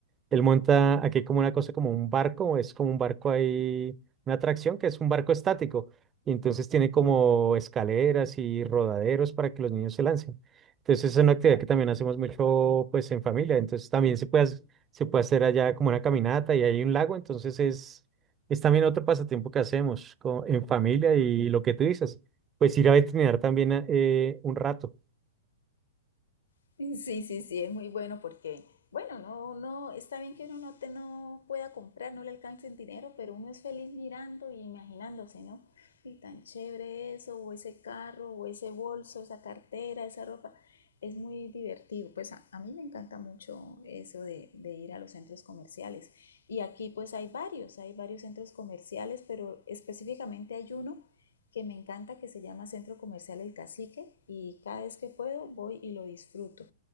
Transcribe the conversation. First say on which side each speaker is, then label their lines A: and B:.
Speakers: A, on the right; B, on the left.
A: él monta aquí como una cosa, como un barco, es como un barco ahí, una atracción que es un barco estático. Y entonces tiene como escaleras y rodaderos para que los niños se lancen. Entonces es una actividad que también hacemos mucho pues en familia. Entonces también se puede, hac- se puede hacer allá como una caminata y hay un lago. Entonces es, es también otro pasatiempo que hacemos co- en familia y lo que tú dices, pues ir a veterinar también eh, un rato.
B: <laughs> Sí, sí, sí, es muy bueno porque, bueno, no, no, está bien que uno no, te, no pueda comprar, no le alcance el dinero, pero uno es feliz mirando y imaginándose, ¿no? Y tan chévere eso, o ese carro, o ese bolso, esa cartera, esa ropa. Es muy divertido. Pues a, a mí me encanta mucho eso de, de ir a los centros comerciales. Y aquí pues hay varios, hay varios centros comerciales, pero específicamente hay uno que me encanta, que se llama Centro Comercial El Cacique, y cada vez que puedo voy y lo disfruto.